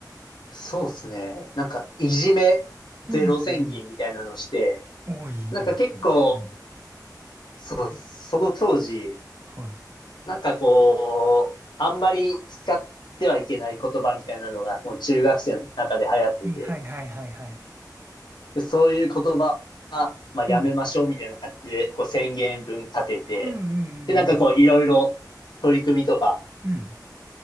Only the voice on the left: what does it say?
そうですね。なんか、いじめゼロ宣言みたいなのをして、
なんか結構、
そう、その当時、
なんかこう、あんまり使ってはいけない言葉みたいなのが、もう中学生の中で流行ってて、
で、そういう言葉は、まあ、やめましょうみたいな感じで、
こう宣言文立てて、
で、なんかこう、いろいろ取り組みとか